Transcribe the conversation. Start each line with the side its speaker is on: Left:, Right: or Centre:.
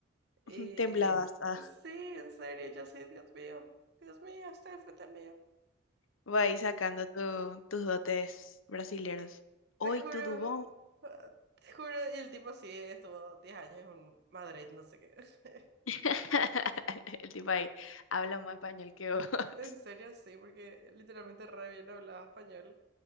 Right: Y
Left: <laughs> temblabas, ah,
Right: sí, en serio, yo así, Dios mío, Dios mío, está enfrente mío.
Left: voy
Right: Y
Left: ahí
Right: así.
Left: sacando tu- tus dotes brasileros. Hoy
Right: Te juro,
Left: tu dubón.
Right: ah, te juro, y el tipo sí estuvo 10 años en Madrid, no sé qué. <laughs>
Left: <laughs> El tipo ahí habla más español que vos, <laughs>
Right: En serio, sí, porque literalmente re bien hablaba español.